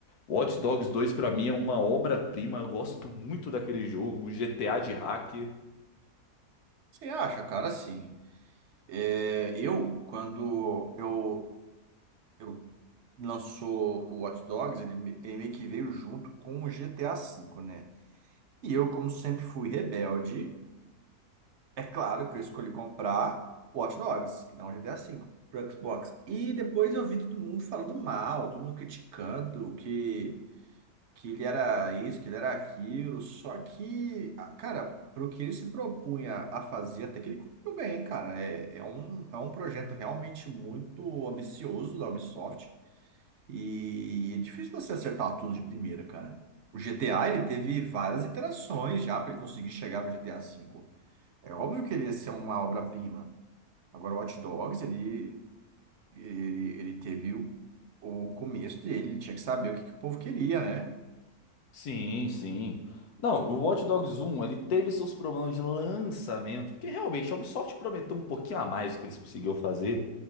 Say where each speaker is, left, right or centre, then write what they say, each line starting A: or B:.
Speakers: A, on the left (about 80°); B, on the right (about 60°).
A: Watch Dogs dois pra mim é uma obra-prima, eu gosto muito daquele jogo, um GTA de hack.
B: Você acha, cara, assim, é, eu, quando eu, eu lançou o Watch Dogs, ele, me- ele meio que veio junto com o GTA V, né? E eu, como sempre fui rebelde, é claro que eu escolhi comprar o Watch Dogs, e não o GTA V, pro Xbox. E depois eu vi todo mundo falando mal, todo mundo criticando, que que ele era isso, que ele era aquilo, só que, ah, cara, pro que ele se propunha a fazer, até que ele cumpriu bem, cara. É, é um, é um projeto realmente muito ambicioso da Ubisoft e é difícil você acertar tudo de primeira, cara. O GTA, ele teve várias iterações já para ele conseguir chegar no GTA V. É óbvio que ele ia ser uma obra-prima. Agora, o Watch Dogs, ele, ele, ele teve o, o começo dele, ele tinha que saber o que, que o povo queria, né?
A: Sim, sim. Não, o Watch Dogs um ele teve seus problemas de lançamento, porque realmente a Ubisoft prometeu um pouquinho a mais do que eles conseguiram fazer,